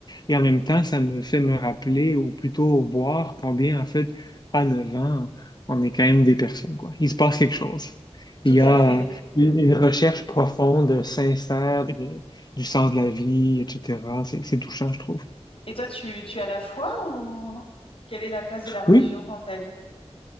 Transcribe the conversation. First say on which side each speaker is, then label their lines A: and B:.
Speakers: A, on the left; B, on the left.
A: Et en même temps, ça me fait me rappeler, ou plutôt voir combien, en fait, à 9 ans, on est quand même des personnes, quoi. Il se passe quelque chose.
B: Tout
A: Il y
B: à
A: a
B: fait.
A: euh, une, une recherche profonde, sincère, de- du sens de la vie, etc. C'est c'est touchant, je trouve.
B: Et toi, tu, tu as la foi ou quelle est la place de la religion
A: Oui,
B: dans ta vie?